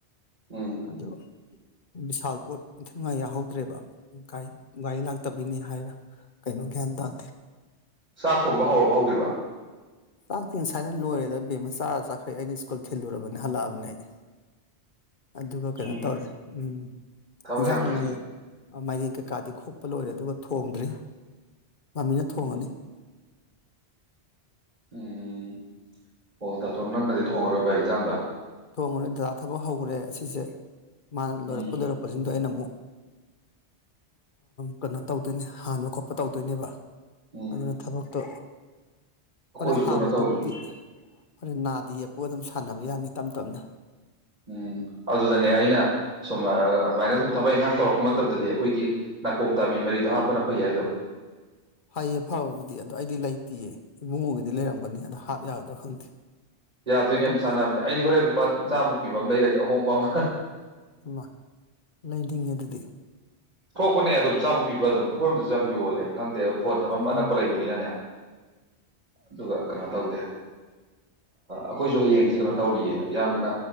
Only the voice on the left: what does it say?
ꯑꯗꯣ ꯕꯤꯁꯥꯜ ꯄꯣꯠ ꯏꯟꯊꯤ ꯅꯨꯉꯥꯏ ꯌꯥꯎꯍꯧꯗ꯭ꯔꯦꯕ ꯒꯥꯏ ꯒꯥꯔꯤ ꯂꯥꯛꯇꯕꯩꯅꯦ ꯍꯥꯏꯔ ꯀꯩꯅꯣ ꯒ꯭ꯌꯥꯟ ꯇꯥꯗꯦ
ꯆꯥꯛ ꯇꯤ ꯉꯁꯥꯏꯅ ꯂꯣꯏꯔꯦꯗ ꯕꯦꯝꯃ ꯆꯥꯔꯒ ꯆꯠꯈ꯭ꯔꯦ ꯑꯩꯗꯤ ꯁ꯭ꯀꯨꯜ ꯊꯤꯜꯂꯨꯔꯕꯅꯦ ꯍꯜꯂꯛꯑꯕꯅꯦ ꯑꯩ ꯑꯗꯨꯒ ꯀꯩꯅꯣ
ꯇꯧꯔꯦ ꯎꯝ
ꯏꯟꯖꯥꯡ
ꯉꯥꯏ ꯃꯥꯏꯔꯦꯟ ꯀꯩꯀꯥꯗꯤ ꯈꯣꯛꯄ ꯂꯣꯏꯔꯦ ꯑꯗꯨꯒ ꯊꯣꯡꯗ꯭ꯔꯤ ꯃꯃꯤꯅ ꯊꯣꯡꯉꯅꯤ
ꯊꯣꯡꯉ꯭ꯔꯦꯏ ꯗꯗꯥꯥ ꯊꯕꯛ ꯍꯧꯈ꯭ꯔꯦ ꯑꯁꯤꯁꯦ ꯃꯥ ꯂꯣꯏꯔꯛꯄ
ꯂꯣꯏꯔꯛꯄꯁꯤꯡ ꯑꯩꯅ ꯑꯃꯨꯛ ꯀꯩꯅꯣ ꯇꯧꯗꯣꯏꯅꯦ ꯍꯥꯟꯕ ꯈꯣꯠꯄ ꯇꯧꯗꯣꯏꯅꯦꯕ
ꯑꯗꯨꯅ ꯊꯕꯛꯇꯣ
ꯍꯣꯔꯦꯟ ꯍꯥꯟꯕꯗꯨꯕꯨꯗꯤ
ꯑ ꯅꯥꯗ ꯌꯦꯄꯣ ꯑꯗꯨꯝ ꯁꯥꯟꯅꯕ ꯌꯥꯅꯤ ꯇꯞ ꯇꯞꯅ
ꯐꯩꯌꯦ ꯐꯕꯕꯨꯗꯤ ꯑꯗꯣ ꯑꯩꯗꯤ ꯂꯩꯇꯦꯌꯦ ꯏꯕꯨꯡꯉꯣꯒꯤꯗꯤ ꯂꯩꯔꯝꯒꯅꯤ ꯑꯗ ꯍꯥꯞ ꯌꯥꯒꯗ꯭ꯔꯥ ꯈꯪꯗꯦ
ꯑꯗꯨꯝ
ꯎꯝ
ꯃꯥ ꯂꯩꯅꯤꯡꯒꯦ ꯑꯗꯨꯤꯗꯤ
ꯎꯝ